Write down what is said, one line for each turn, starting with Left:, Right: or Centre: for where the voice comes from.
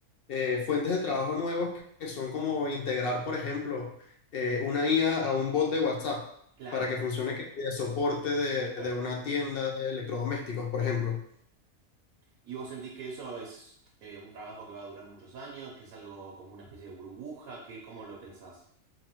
Left: eh, fuentes de trabajo nuevos que que son como integrar, por ejemplo, eh, una IA a a un bot de WhatsApp
Right: Claro,
Left: para que funcione que- de soporte de, de
Right: claro.
Left: una tienda de electrodomésticos, por ejemplo.
Right: ¿Y vos sentís que eso es eh, un trabajo que va a durar muchos años, que es algo como una especie de burbuja? ¿Qué, cómo lo pensás?